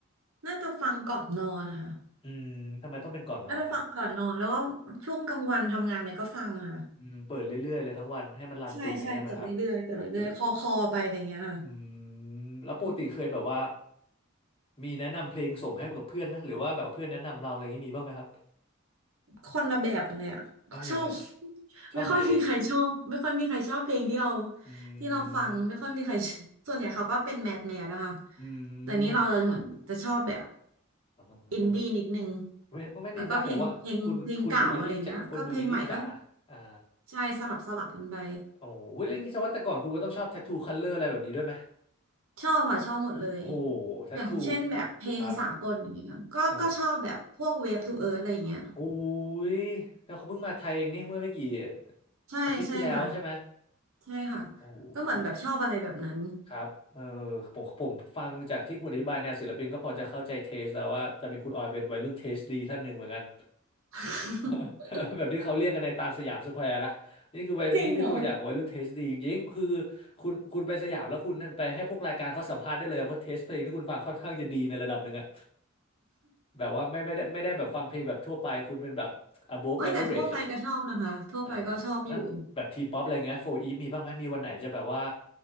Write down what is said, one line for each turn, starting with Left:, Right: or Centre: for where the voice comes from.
Right: น่าจะฟังก่อนนอนนะคะ
Left: อืมทำไมต้องเป็นก่อนนอนครับ
Right: น่าจะฟังก่อนนอนแล้วก็ช่วงกลางวันทำงานอะไรก็ฟังค่ะ
Left: อืมเปิดเรื่อยๆเลยทั้งวันให้มันรันตูงี้ใช่ไหมครับ
Right: ใช่ใช่เปิดเรื่อยๆเปิดเรื่อยๆคอคอไปอะไรอย่างเงี้ยค่
Left: โหอืมแล้วปกติเคยแบบว่า
Right: ะ
Left: มีแนะนำเพลงส่งให้กับเพื่อนไหมหรือว่าแบบเพื่อนแนะนำเราอะไรอย่างนี้มีบ้างไหมครับ
Right: คนละแบบกันเลยอะ
Left: เอ้ายังไงอะ
Right: ชอบ
Left: ชอบหาเอง
Right: ไม่ค่อยมีใครชอบไม่ค่อยมีใครชอบเพลงที่เรา
Left: อื
Right: ที่เราฟังไม่ค่อยมีใคร
Left: ม
Right: <laughs> ส่วนใหญ่เขาก็เป็นแมสแมสนะคะ
Left: อื
Right: แต่นี้เราเหมือนจะชอบแบบ
Left: มอ่า
Right: อินดี้นิดนึง
Left: ไม่ก็ไม่นิดนะผมว่าคุณคุณดูอินดี้จ๋าคนดูอินดี้จ๋า
Right: แล้วก็เพลงเพลงเพลงเก่าอะไรเงี้ยก็เพลงใหม่ก็
Left: อ่า
Right: ใช่สลับสลับกันไป
Left: โอ้โหเรื่องนี้แสดงว่าแต่ก่อนคุณก็ต้องชอบแท t ทูคัลเลอร์อะไรแบบนี้ด้วยไหม
Right: ชอบค่ะชอบหมดเลย
Left: โอ้โหแท
Right: อย่างเช่นแบบเพลงสากลอย่างเงี้ยก็ก็ชอบแบบพวกเวฟทูเอิร์ธอะไรอย่างเงี้ย
Left: t ทูครับเออ อุ้ยแล้วเขาเพิ่งมาไทยเองนี่เมื่อไม่กี่
Right: ใช่ใช่ค่ะ
Left: อาทิตย์ที่แล้วใช่ไหม
Right: ใช่ค่ะ
Left: โอ้โห
Right: ก็เหมือนแบบชอบอะไรแบบนั้น
Left: ครับเออผมผมฟังจากที่คุณอธิบายแนวศิลปินก็พอจะเข้าใจเทสแล้วว่าจะเป็นคุณออยเป็นวัยรุ่นเทสดีท่านหนึ่งเหมือนกัน
Right: <laughs>
Left: <laughs> แบบที่เขาเรียกกันในตามสยามสแควร์นะนี่คือวัยนี่คือตัวอย่างของวัยรุ่นเทสดีจริงๆคือ
Right: จริงเหรอ
Left: คุณคุณไปสยามแล้วคุณไปให้พวกรายการเขาสัมภาษณ์ได้เลยเพราะเทสเพลงที่คุณฟังค่อนข้างจะดีในระดับหนึ่งอะแบบว่าไม่ไม่ได้ไม่ได้แบบฟังเพลงแบบทั่วไปคุณเป็นแบบ above
Right: เอ้ยแต่ทั่วไปก็ชอบนะคะทั่วไปก็ชอบอยู่
Left: average อ่าแล้วแบบทีป๊อปอะไรเงี้ยโฟอีฟมีบ้างไหมมีวันไหนจะแบบว่า